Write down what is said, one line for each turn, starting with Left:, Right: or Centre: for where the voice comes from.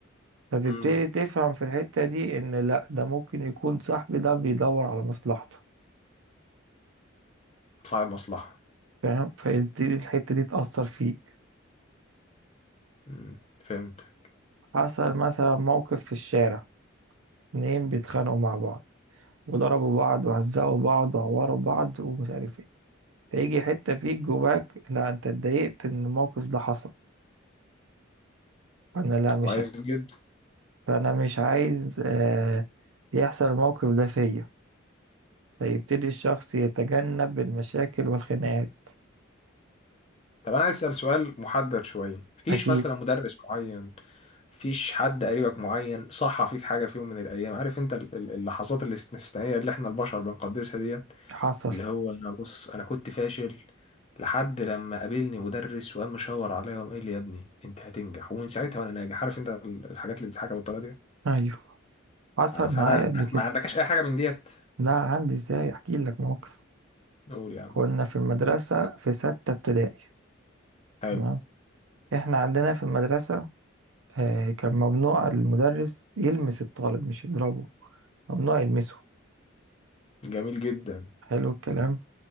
Right: فتبتدي
Left: امم
Right: تفهم في الحتة دي ان لا ده ممكن يكون صاحبي ده بيدور على مصلحته
Left: صاحب مصلحه
Right: فاهم فيبتدي الحتة دي تأثر فيك
Left: امم فهمت
Right: حصل مثلا موقف في الشارع اتنين بيتخانقوا مع بعض وضربوا بعض وهزقوا بعض وعوروا بعض ومش عارف ايه فيجي حتة فيك جواك لا انت اتضايقت ان الموقف ده حصل فانا لا مش
Left: كويس
Right: ع-
Left: جدا
Right: فانا مش عايز آه يحصل الموقف ده فيا فيبتدي الشخص يتجنب المشاكل والخناقات
Left: طب انا عايز اسال سؤال محدد شويه مفيش
Right: اكيد
Left: مثلا مدرس معين مفيش حد قريبك معين صح فيك حاجه في يوم من الايام عارف انت ال- ال- اللحظات الاستثنائيه اللي احنا البشر بنقدسها ديت
Right: حصل
Left: اللي هو انا بص انا كنت فاشل لحد لما قابلني مدرس وقام مشاور عليا وقام قال لي يا ابني انت هتنجح ومن ساعتها وانا ناجح عارف انت ال- الحاجات اللي بتتحكى بالطريقه دي
Right: ايوه حصل
Left: آه، فانا
Right: معايا قبل
Left: ما
Right: كده
Left: ما عندكش اي حاجه من ديت
Right: لا عندي ازاي احكي لك موقف
Left: قول يا عم
Right: كنا في المدرسة في ستة ابتدائي
Left: حلو
Right: تمام احنا عندنا في المدرسة آه، كان ممنوع المدرس يلمس الطالب مش يضربه ممنوع يلمسه
Left: جميل جدا
Right: حلو الكلام